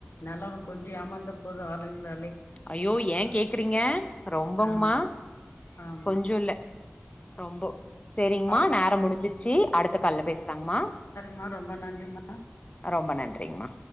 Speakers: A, on the left; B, on the left.
A: நால்லா கொஞ்சோ ஏமாந்த போது ஆளுங்லாளே
B: ஐயோ ஏ கேக்றீங்க ரொம்பங்மா
A: ஆமா ஆமா
B: கொஞ்ஜோல்ல ரொம்போ செரிங்மா
A: அவ்
B: நேரோ முடிஞ்சிர்ச்சி அடுத்த கால்ல பேஸ்லாங்மா
A: மா ரொம்ப நன்றிமா
B: ரொம்ப நன்றிங்மா